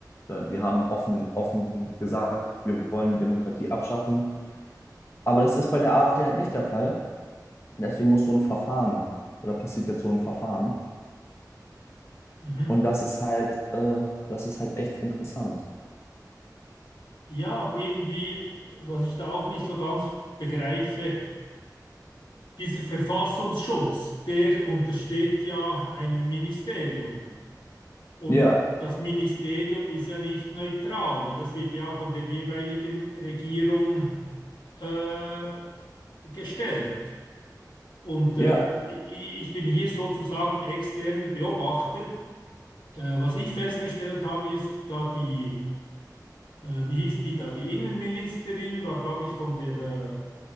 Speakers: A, on the left; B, on the left.
A: ja, die haben offen, offen gesagt, wir wollen die Demokratie abschaffen. Aber das ist bei der AfD halt nicht der Fall. Deswegen muss so ein Verfahren oder passiert jetzt so ein Verfahren.
B: Mhm.
A: Und das ist halt, äh, das ist halt echt interessant.
B: Ja, aber irgendwie, was ich da auch nicht so ganz begreife, dieser Verfassungsschutz, der untersteht ja einem Ministerium. Und
A: Ja,
B: das Ministerium ist ja nicht neutral, weil das wird ja von der jeweiligen Regierung äh, gestellt. Und äh,
A: ja,
B: ich bin hier sozusagen externer Beobachter. Äh, was ich festgestellt habe, ist, da die, äh, wie hieß die, da die Innenministerin war, glaube ich, von der